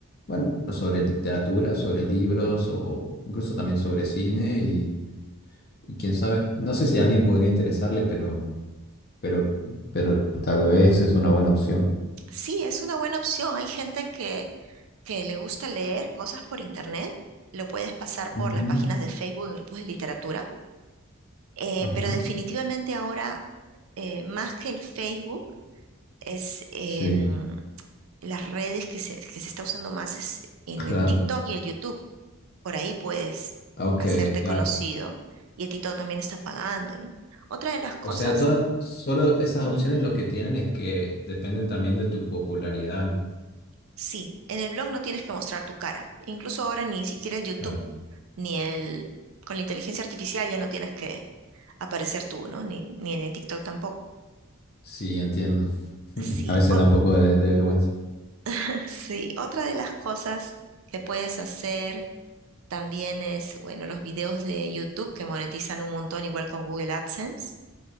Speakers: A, on the left; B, on the right.
A: bueno, sobre literatura, sobre libros o, o incluso también sobre cine y, y quién sabe. No sé si a alguien podría interesarle, pero, pero, pero tal vez es una buena opción.
B: sí, es una buena opción. Hay gente que, que le gusta leer cosas por internet, lo puedes pasar
A: Ujú,
B: por las páginas de Facebook, en grupos de literatura. Eh,
A: Ajá.
B: pero definitivamente ahora eh, más que el Facebook, es em,
A: Sí,
B: las redes que se, que se está usando más es en
A: claro.
B: el TikTok y el YouTube. Por ahí puedes
A: Ok,
B: hacerte
A: claro.
B: conocido y el TikTok también está pagando, ¿no? Otra de las cosas,
A: O sea, todas, solo esas opciones
B: ujú,
A: lo que tienen es que dependen también de tu popularidad, ¿no?
B: sí, en el blog no tienes que mostrar tu cara. Incluso ahora ni siquiera el YouTube,
A: Claro.
B: ni el, con la inteligencia artificial ya no tienes que aparecer tú, ¿no? Ni, ni en el TikTok tampoco.
A: Sí, entiendo. <laughs>
B: Sí,
A: A veces
B: o-
A: da un poco de, de vergüenza.
B: <laughs> sí, otra de las cosas que puedes hacer También es, bueno, los videos de YouTube que monetizan un montón, igual con Google AdSense.